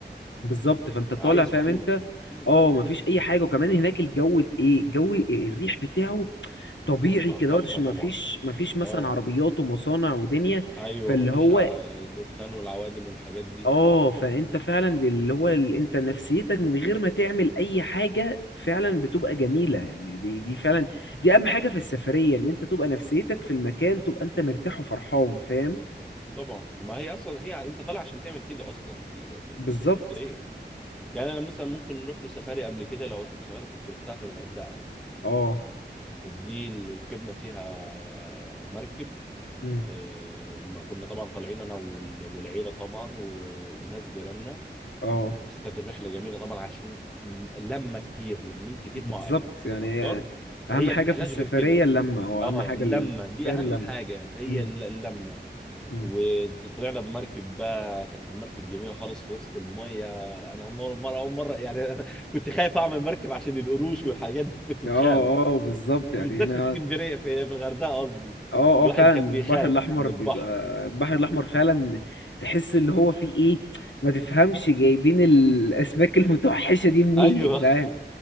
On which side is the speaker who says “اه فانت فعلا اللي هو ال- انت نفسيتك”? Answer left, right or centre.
Left